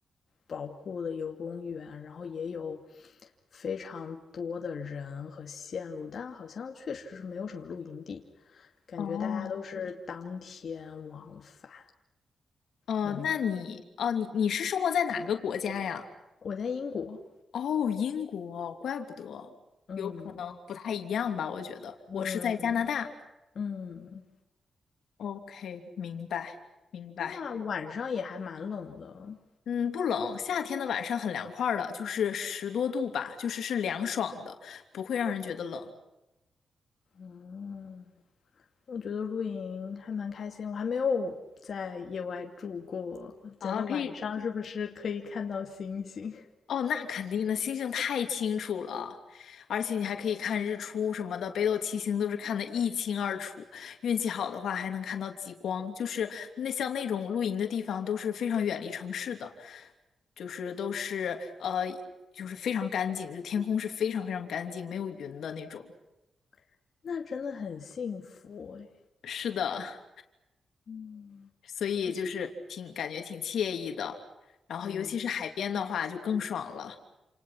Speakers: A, on the left; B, on the left.
A: 保护的一个公园，然后也有非常多的人和线路，但好像确实是没有什么露营地，感觉大家都是当天往返，
B: 哦，呃，
A: 嗯。
B: 那你哦，你你是生活在哪个国家呀？
A: 我在英国，
B: 哦，英国，怪不得，
A: 嗯
B: 有可能不太一样吧，我觉得。我是在加拿大。
A: 嗯嗯，
B: OK，明白，明白。
A: 那晚上也还蛮冷的，
B: 嗯，不冷，夏天的晚上很凉快儿的，就是十多度吧，就是是凉爽的，不会让人觉得冷
A: 嗯，我觉得露营还蛮开心，我还没有在野外住过，
B: 啊。
A: 觉得晚上是不是可以看到星星？
B: 可以，哦，那肯定的，星星太清楚了，而且你还可以看日出什么的，北斗七星都是看得一清二楚，运气好的话还能看到极光。就是那像那种露营的地方都是非常远离城市的，就是都是呃，就是非常干净，就天空是非常非常干净，没有云的那种。
A: <laughs> 那真的很幸福哎，
B: 是的。
A: 嗯，
B: 所以就是挺感觉挺惬意的。
A: 不错，
B: 然后尤其是海边的话，
A: 嗯。
B: 就更爽了。